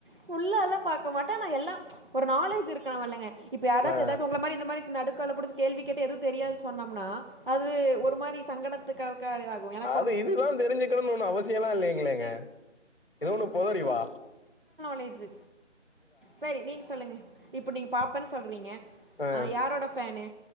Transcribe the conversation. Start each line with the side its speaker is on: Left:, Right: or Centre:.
Right: ஃபுல்லா எல்லா பாக்க மாட்டே ஆனா எல்லா ஒரு நாலேஜு இருக்கனு வல்லங்க இப்ப யாராச்சு
Left: ஆ
Right: எதாச்சு உங்கள மாரி இந்த மாரி நடுக்கால புடிச்சு கேள்வி கேட்டா எது தெரியாது சொன்னம்னா அது ஒரு மாரி சங்கடத்து கால் காலி ஆகு என
Left: இல்ல இதுலான் தெரிஞ்சுக்கணுன் ஒண்ணு அவசியெல்லா இல்லீங்ளேங்க எதோ ஒண்ணு பொது அறிவா
Right: லேஜு செரி நீங்க சொல்லுங்க இப்ப நீங்க பாப்பன் சொல்றீங்க
Left: ஆ
Right: அ யாரோட ஃபேனு